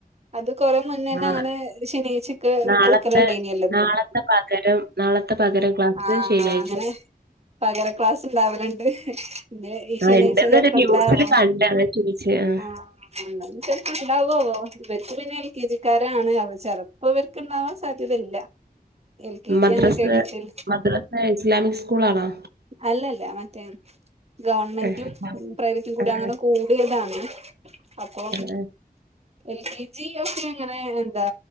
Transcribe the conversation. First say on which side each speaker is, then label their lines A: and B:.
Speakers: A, on the right; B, on the right.
A: അത് കൊറെ മുന്നേ തന്നെ
B: ആഹ്
A: അങ്ങനെ ശനീച്ചക്കെ
B: നാളത്തെ
A: എടുക്കലുണ്ട ഇനല്ലോ ഇപ്പൊ
B: നാളത്തെ പകരം നാളത്തെ പകരം ക്ലാസ്
A: ആഹ
B: ശനിയാഴ്ച
A: അങ്ങനെ പകര ക്ലാസ് ഉണ്ടാവരുണ്ട് പിെ ഈശ
B: ആഹ് ഇണ്ടെന്നൊരു
A: പ്പണ്ടാവോ
B: ന്യൂസില് കണ്ട് അതാ ചോദിച്ചേ ആഹ്
A: ആപ്പണ്ടാവോ ഓ ഇവർക്ക് പിന്നെ എൽ കെ ജിക്കാരാണ് അവ ചെിലപ്പോ ഇവർക്ക്ുണ്ടാവാൻ സാധ്യതയില്ല എൽ കെ
B: മദ്രസ്
A: ജി ആണ് കേട്ടിട്ടില്ല
B: മദ്രസ് ഇസ്ലാമിക് സ്കൂൾാണോ
A: അല്ലല്ല മറ്റേ ഗവൺമെന്റും
B: ആഹ് ആഹ്
A: പ്രൈവറ്റും കൂടി
B: ആഹ്
A: അങ്ങനെ കൂടിയതാണ് അപ്പൊ
B: ആഹ്
A: എൽ കെ ജി ഒക്കെ അങ്ങനെ എന്താ